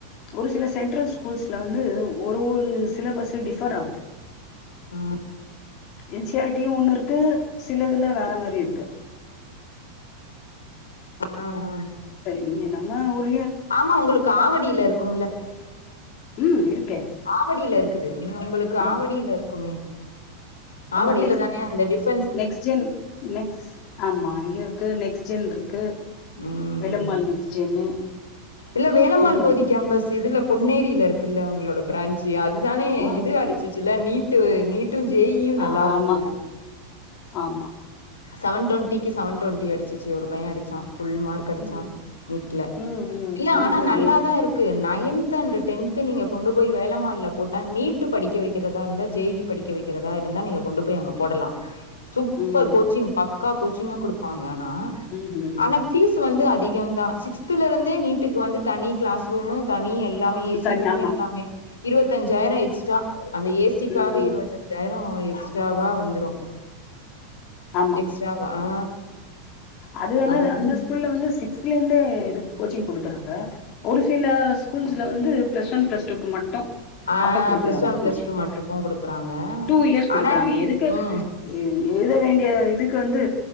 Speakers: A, on the left; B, on the left.
A: ஒரு சில சென்ட்ரல் ஸ்கூல்ஸ்ல வந்து ஒரு ஒரு சிலபஸ் டிஃபர் ஆகுது
B: ஆ
A: என் சி ஆர் டியு ஒன்னு இருக்கு சிலதுல வேற மாரி இருக்கு
B: ஆ அ
A: நீங்க நம்ம ஊரு
B: ஆமா உங்களுக்கு ஆவடியில இருக்கும்ல
A: ம் இருக்கே
B: ஆவடியில இருக் ம் உங்களுக்கு
A: ம்
B: ஆவடியில இருக்குமே ஆவடியில
A: ஆமா
B: தானே அந்த டிஃப
A: நெக்ஸ்ட் ஜென் நெக்ஸ்ட் ஆமா அங்கயு இருக்கு நெக்ஸ்ட் ஜென் இருக்கு
B: ம்
A: வேள்ளமாள் நெக்ஸ்ட் ஜென்னு
B: இல்ல வேலம்மாள்
A: இங்க
B: போதி கேம்பஸ் இதுல்ல பொன்னேரியில இருக்குல்ல உங்களோட பிரான்ச்சு அதுதானே
A: ஆ
B: இது
A: இருக்கு
B: அடிச்சிச்சுல்ல நீட்டு நீ ட்டு ஜெயியு நல்லா
A: ஆமா
B: இருக்கு ஆனா
A: ஆமா
B: செவன் டுவன்டிக்கு செவன் டுவண்ட்டி அடிச்சுச்சு ஒரு பைய அடிச்சா ஃபுல் மார்க் அடிச்சா
A: ம்
B: நீட்ல
A: ம் ம்
B: இல்ல
A: ம்
B: ஆனா
A: ம்
B: நல்லாதா இருக்கு நைன்த் அண்ட் டென்த்து நீங்க கொண்டு போய் வேளம்மால்ல போட்டா நீட்டு படிக்க வைக்கிறதா இருந்தா ஜே யி படிக்க வைக்கிறதா இருந்தா நீங்க கொண்டு போய் அங்க போடலா சூப்பர்
A: ம்
B: கோச் பக்கா கோச்சிங்கு குடுப்பாங்கா ஆனா
A: ம் ம்
B: ஆனா
A: ம்
B: பீஸ் வந்து அதி அதிகந்தா சிக்ஸ்த்துல இருந்தே நீட்டுக்கு வந்து தனி க்ளாஸ் ரூம்மு தனி எல்லாமே ஏசி
A: தனி
B: ரூம்
A: ஆமா
B: எல்லாமே இருவத்தஞ்சாயிர எக்ஸ்ட்ரா அந்த ஏசிக்காக
A: ம்
B: இருவத்தஞ்சாயிர அப்ரோ எக்ஸ்ட்ராவா வந்துரு
A: ஆமா
B: எக்ஸ்ட்ராவா ஆ
A: அது ஆனா
B: அதுவும்
A: அந்த ஸ்கூல்ல வந்து சிக்ஸ்த்துல இருந்தே எதுக்கு கோச்சிங் குடுக்குறாங்க ஒரு சில ஸ்கூல்ஸ்ல வந்து பிளஸ் ஒன் பிளஸ்டூக்கு மட்டு
B: ஆ
A: அப்ப குடுக்குறாங்க
B: பிளஸ் ஒன் பிளஸ்
A: கோச்சிங்கு
B: டூ மட்டுக்கு குடுக்குறாங்க
A: டூ இயர்ஸ் குடுக்குறாங்க
B: ஆனா
A: எதுக்கு
B: ம்
A: எழுத வேண்டிய இதுக்கு வந்து து